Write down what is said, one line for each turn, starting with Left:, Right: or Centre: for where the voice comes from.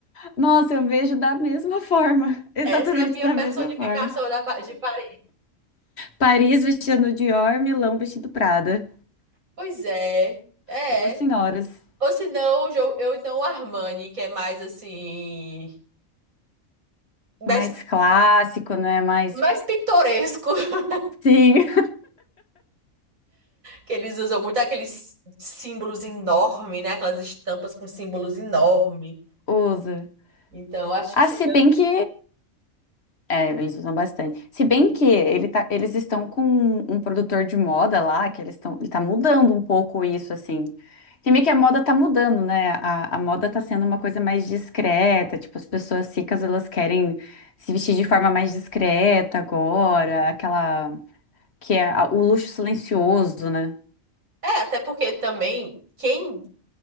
Left: Nossa, eu vejo da mesma forma. <laughs> Exatamente
Right: Essa é a minha
Left: da
Right: personificação
Left: mesma forma.
Right: da, Pa- de Paris.
Left: Paris vestindo Dior, Milão vestindo Prada.
Right: Pois é, é.
Left: Duas senhoras.
Right: Ou se não, jo- eu então o Armani, que é mais assim, mais,
Left: Mais clássico, né? Mais.
Right: mais pitoresco, <laughs>
Left: Sim.
Right: que eles usam muito aqueles símbolos enormes, né? Aquelas estampas com símbolos enormes.
Left: <laughs> Usa.
Right: Então, acho
Left: Ah,
Right: que seria.
Left: se bem que É, eles usam bastante. Se bem que ele tá, eles estão com um produtor de moda lá, que eles estão, ele tá mudando um pouco isso, assim. Que meio que a moda tá mudando, né? A, a moda tá sendo uma coisa mais discreta, tipo, as pessoas ricas, elas querem se vestir de forma mais discreta agora, aquela que é a- o luxo silencioso, né?
Right: É, até porque também quem